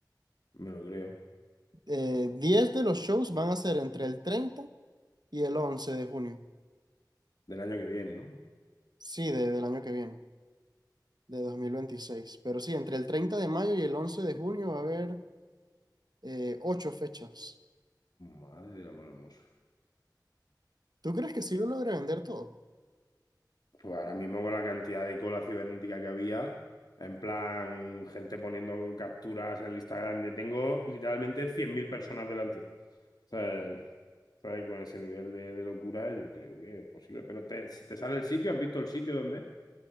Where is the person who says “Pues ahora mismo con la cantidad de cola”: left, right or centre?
Left